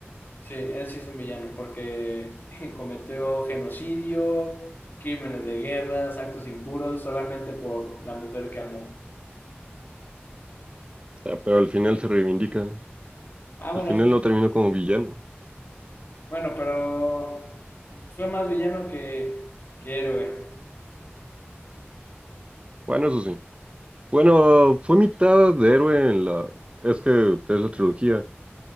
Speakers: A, on the left; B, on the right.
A: Sí, él sí es un villano porque <laughs> cometió genocidio, crímenes de guerra, actos impuros solamente por la mujer que amó.
B: sea, pero al final se reivindica.
A: Ah, bueno,
B: Al final
A: eso sí.
B: no terminó como villano.
A: Bueno, pero fue más villano que, que héroe.
B: Bueno, eso sí. Bueno, fue mitad de héroe en la... Es que es la trilogía.